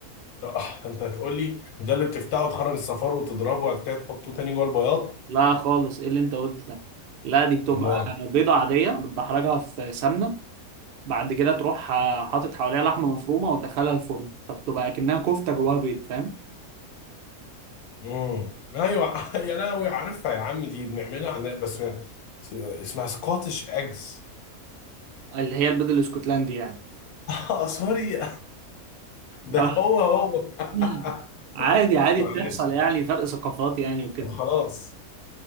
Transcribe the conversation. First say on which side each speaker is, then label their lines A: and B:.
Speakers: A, on the left; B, on the right.
A: طب <laughs> انت هتقول لي ده اللي بتفتحه وتخرج الصفار وتضربه وبعد كده تحطه تاني جوه البياض
B: لا خالص ايه اللي انت قلت ده لا دي بتبقى
A: ما
B: بيضة عادية بتدحرجها في سمنة بعد كده تروح آه، حاطط حواليها لحمة مفرومة وتدخلها الفرن فبتبقى كأنها كفتة جواها بيض فاهم
A: امم ايوه <laughs> يا لهوي عارفها يا عم دي بنعملها عندنا بس س- اسمها سكوتش اجز
B: اللي هي البيض الاسكتلندي يعني
A: اه سوري <laughs> ده
B: اه
A: هو هو
B: <laughs>
A: <laughs>
B: عادي عادي
A: معلش
B: بتحصل يعني فرق ثقافات يعني وكده
A: طب خلاص